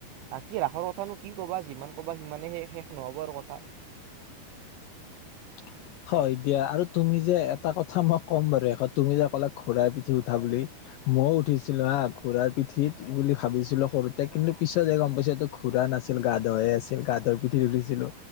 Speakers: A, on the right (about 80°); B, on the left (about 75°).
A: বাক কি ৰাসৰ কথানো কি কবা যিমান কবা সিমানে শেষ শেষ নহ'ব আৰু কথা।
B: <inaudible> হয় দিয়া আৰু তুমি যে এটা কথা মই ক'ম বাৰু শেষত তুমি যে ক'লা ঘোঁৰাৰ পিঠিত উঠা বুলি। মইয়ও উঠিছিলো হা ঘোঁৰাৰ পিঠিত বুলি ভাবিছিলো সৰুতে কিন্তু পিছত গম পাইছে তটো ঘোঁৰা ৰা, নাছিল গাধ হে আছিল গাধৰ পিঠি উঠিছিলো